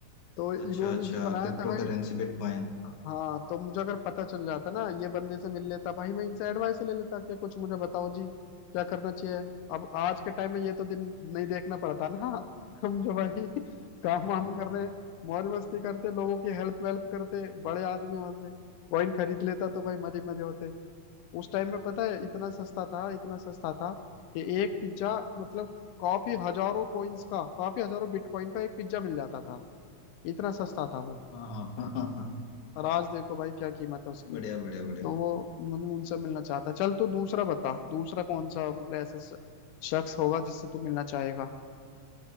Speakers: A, on the left; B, on the left.
A: तो
B: अच्छा
A: इन्होंने
B: अच्छा
A: ही बनाया
B: क्रिप्टो
A: था भाई
B: करेंसी बिटकॉइन
A: हाँ तो मुझे अगर पता चल जाता ना ये बंदे से मिल लेता भाई मैं इनसे एडवाइस ले लेता कि कुछ मुझे बताओ जी क्या करना चाहिए अब आज के टाइम में ये तो दिन नहीं देखना पड़ता ना <laughs> हम जो भाई काम
B: हाँ
A: वाम
B: हाँ
A: कर रहे हैं मौज मस्ती करते लोगों की हेल्प वेल्प करते बड़े आदमी होते कॉइन खरीद लेता तो भाई मजे मजे होते उस टाइम में पता है इतना सस्ता था इतना सस्ता था कि एक पिज्जा मतलब काफी हजारों कॉइन्स का काफी हजारों बिटकॉइन का एक पिज्जा मिल जाता था इतना सस्ता था वो
B: हाँ, हाँ, हाँ, हाँ।
A: और आज देखो भाई क्या कीमत है उसकी
B: बढ़िया बढ़िया बढ़िया
A: तो वो मतलब उनसे मिलना चाहता चल तू दूसरा बता दूसरा कौन सा मतलब ऐसा स- शख्स होगा जिससे तू मिलना चाहेगा